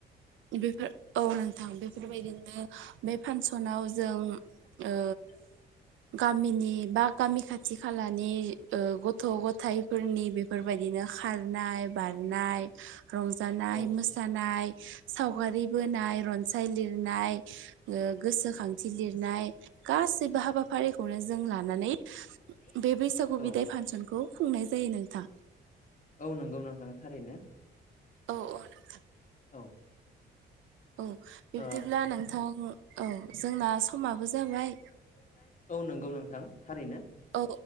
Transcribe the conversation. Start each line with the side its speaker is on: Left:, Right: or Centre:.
Right: बेफोर औ नोंथां बेफोर बायदिनो बे फानसनाव जों
Left: फानसनाव
Right: ओ
Left: जों
Right: गामिनि बा गामि खाथि खालानि। नि ओ गथ' गथाइफोरनि
Left: गथ'
Right: बेफोर
Left: गथायफोरनि
Right: बायदिनो
Left: बेफोरबायदिनो
Right: खारनाय बारनाय रंजानाय
Left: औ
Right: मोसा नाय सावगारि बोनाय रनसाय लिरनाय गोसोखांथि लिरनाय
Left: गोसोखान्थि लिरनाय
Right: गासैबो हाबाफारिखौनो
Left: गासैबो
Right: जों
Left: हाबाफारिखौनो
Right: लानानै
Left: जों लानानै
Right: बे बैसागु
Left: औ
Right: बिदाय फांसनखौ खुंनाय जायो नोंथां
Left: औ नंगौ नों थां थारैनो
Right: औ अ नोंथा
Left: औ
Right: औ बिबदिब्ला
Left: ओ
Right: नोंथां औ जोंना समाबो
Left: जों
Right: जाबाय
Left: औ नंगौ नोंथां थारैनो।
Right: औ